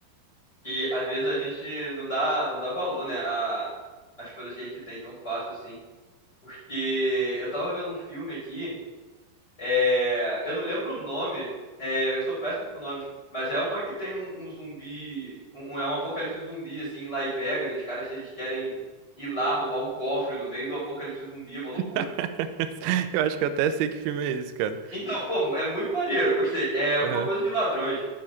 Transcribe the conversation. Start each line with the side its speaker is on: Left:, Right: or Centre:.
Left: que às vezes a gente não dá, não dá valor, né, a as coisas que a gente tem tão fácil assim. Porque eu tava vendo um filme aqui, é, eu não lembro o nome, é, eu sou péssimo com nomes, mas é uma que tem um, um zumbi, um- um, é um apocalipse zumbi assim em Las Vegas, e os caras eles querem ir lá roubar um cofre no meio do apocalipse zumbi, é uma loucura.
Right: <laughs> Eu acho que eu até sei que filme é esse, cara.
Left: Então, pô, é muito maneiro, eu gostei. É alguma
Right: Aham.
Left: coisa de ladrões.